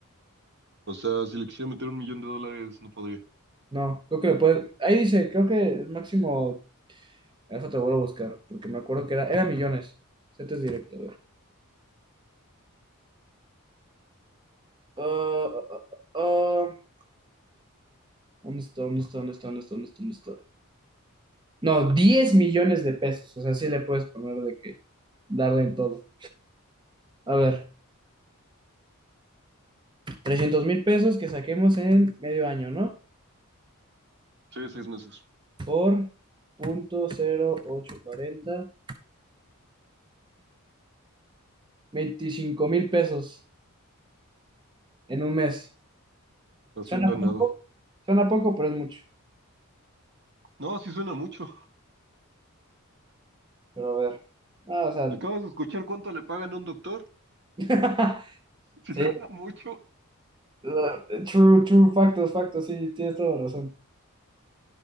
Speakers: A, on the right; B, on the right.
A: O sea, si le quisiera meter un millón de dólares, no podría.
B: No, creo que lo puedes. Ahí dice, creo que el máximo. Eso te vuelvo a buscar, porque me acuerdo que era, era millones. Setes directo. Ah, ah, ah, ah. ¿Dónde está? ¿Dónde está? ¿Dónde está? ¿Dónde está? ¿Dónde está? ¿Dónde está? No, diez millones de pesos. O sea, sí le puedes poner de que darle en todo. A ver, trescientos mil pesos que saquemos en medio año, ¿no?
A: Sí, seis meses.
B: Por punto cero ocho cuarenta veinticinco mil pesos en un mes.
A: Haciendo
B: Suena poco,
A: nada.
B: suena poco, pero es mucho.
A: No, sí suena mucho.
B: Pero a ver. Ah, o sea,
A: Acabas de escuchar cuánto le pagan a un doctor.
B: <laughs>
A: <laughs> Si
B: sí,
A: suena mucho.
B: uh, true, true, factos, factos, sí, tienes toda la razón.